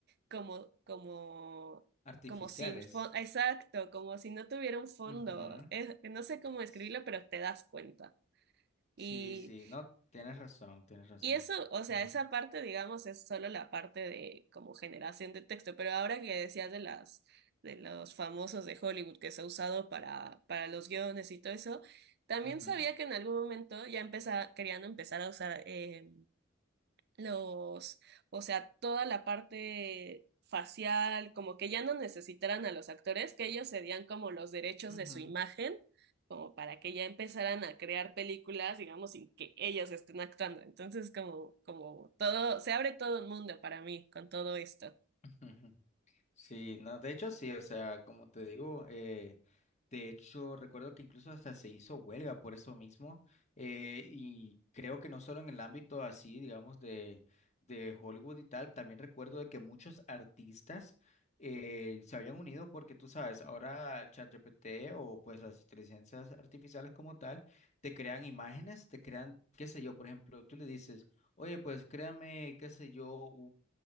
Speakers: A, on the right; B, on the left.
A: como, como,
B: Artificiales.
A: como sin fondo, exacto, como si no tuviera un fondo.
B: Ujú.
A: Es- no sé cómo escribirlo,
B: S-
A: pero te das cuenta. Y,
B: Sí, sí, no, tienes razón, tienes razón.
A: y eso, o sea,
B: Ujú,
A: esa parte, digamos, es solo la parte de como generación de texto, pero ahora que decías de las, de los famosos de Hollywood que se ha usado para, para los guiones y todo eso, también
B: ujú,
A: sabía que en algún momento ya empezaba, querían empezar a usar eh, los, o sea, toda la parte facial, como que ya no necesitaran a los actores, que ellos cedían como los derechos
B: ujú,
A: de su imagen, como para que ya empezaran a crear películas, digamos, sin que ellos estén actuando. Entonces, como, como todo, se abre todo un mundo para mí con todo esto.
B: ujú. Sí, no, de hecho sí, o sea, como te digo, eh, de hecho recuerdo que incluso hasta se hizo huelga por eso mismo, eh, y creo que no solo en el ámbito así, digamos, de, de Hollywood y tal, también recuerdo de que muchos artistas eh, se habían unido porque tú sabes, ahora ChatGPT o pues las inteligencias artificiales como tal, te crean imágenes, te crean, qué sé yo, por ejemplo, tú le dices, oye, pues créame, qué sé yo,